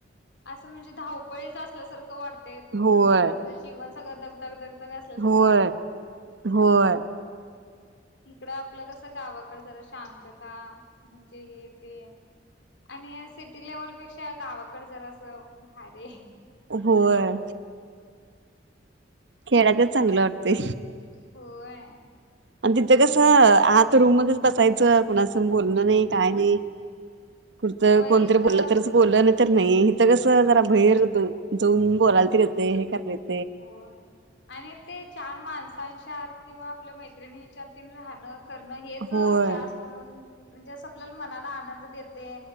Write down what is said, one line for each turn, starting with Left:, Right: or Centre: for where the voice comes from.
Left: असं म्हणजे धावपळीच असल्यासारखं वाटतय
Right: होय
Left: म्हणजे. जीवन सगळ दगधग दगधग अस.
Right: होय होय.
Left: इकडं आपलं कसं गावाकड झालं शांतता म्हणजे हे ते. आणि सिटी लेव्हल पेक्षा गावाकड जरा असं भारी.
Right: होय खेळाचच चांगलं वाटते
Left: होय
Right: आणि तिथं कसं आता रूम मध्येच बसायचं कुणासं बोलणं नाही काय नाही. कुठतं
Left: होय
Right: कोणतरी
Left: इथं
Right: बोललं तरच बोललं. तर नाही हेिथं कस जरा बैर जाऊन बोलायला त येत हे करेत
Left: हो आणि ते चार माणस ांत किंवा आपल्या मैत्रिणीच्या त राहणं करणं हेच
Right: होय
Left: जास्त म्हणजे अस आपल्याला मनाला आनंद देते